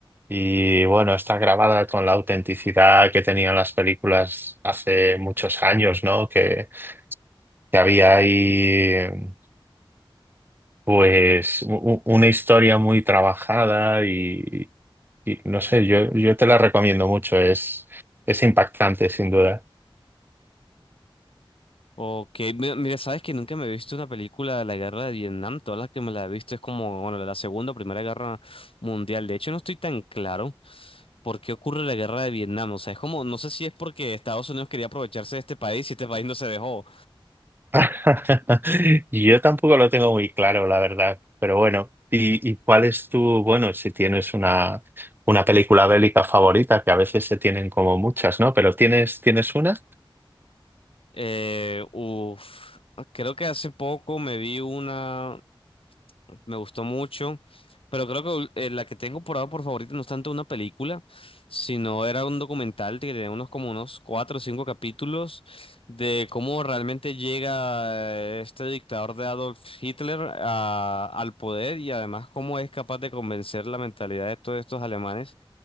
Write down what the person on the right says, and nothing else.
y bueno, está grabada con la autenticidad que tenían las películas hace muchos años, ¿no? Que, que había ahí. Pues u- u- una historia muy trabajada y, y no sé, yo, yo te la recomiendo mucho, es, es impactante sin duda.
<laughs> Yo tampoco lo tengo muy claro, la verdad, pero bueno, ¿y, y cuál es tu, bueno, si tienes una, una película bélica favorita, que a veces se tienen como muchas, ¿no? Pero ¿tienes, tienes una?